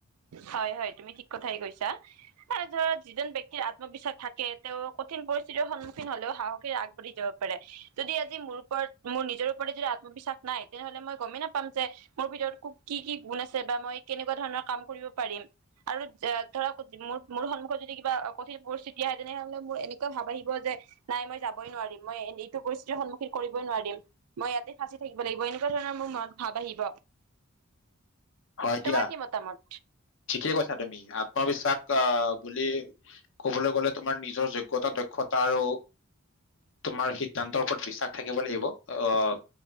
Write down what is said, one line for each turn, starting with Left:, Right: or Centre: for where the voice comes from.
Right: হয় হয় তুমি ঠিক কথাই কৈছা ধৰা যিজন ব্যক্তিৰ আত্মবিশ্বাস থাকে তেওঁ কঠিন পৰিস্থিতিৰ সন্মুখীন হলেও সাহসেৰে আগবাঢ়ি যাব পাৰে। যদি আজি মোৰ ওপৰত মোৰ নিজৰ ওপৰত যদি আত্মবিশ্বাস নাই তেনেহ'লে মই গমেই নাপাম যে মোৰ ভিতৰত কি কি গুণ আছে বা মই কেনেকুৱা ধৰণৰ কাম কৰিব পাৰিম আৰু ধৰক মোৰ মোৰ সন্মুখত যদি কিবা কঠিন পৰিস্থিতি আহে তেনেহলে মোৰ এনেকুৱা ভাব আহিব যে নাই মই যাবই নোৱাৰিম মই এইটো পৰিস্থিতিৰ সন্মুখীন কৰিবই নোৱাৰিম মই ইয়াতে ফাঁচি থাকিব লাগিব এনেকুৱা ৰ মোৰ মন ভাৱ আহিব
Left: হয়
Right: তোমাৰ
Left: দিয়া
Right: কি মতামত?
Left: ঠিকে কৈছা তুমি আত্মবিশ্বাস আহ বুলি ক'বলৈ গলে তোমাৰ নিজৰ যোগ্য়তা দক্ষতা আৰু তোমাৰ সিদ্ধান্তৰ ওপৰত বিশ্বাস থাকিব লাগিব আহ